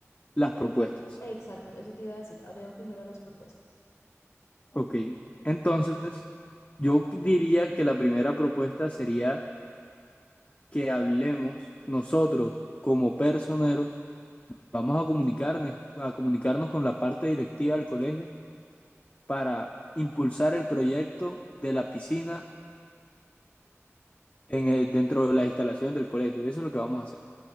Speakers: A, on the left; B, on the left.
A: las propuestas.
B: exacto, eso te iba a decir. Hablemos primero de las propuestas.
A: Ok. Entonces, yo diría que la primera propuesta sería que hablemos nosotros como personeros, vamos a comunicarnos, a comunicarnos con la parte directiva del colegio para impulsar el proyecto de la piscina en el- dentro de las instalaciones del colegio. Eso es lo que vamos a hacer.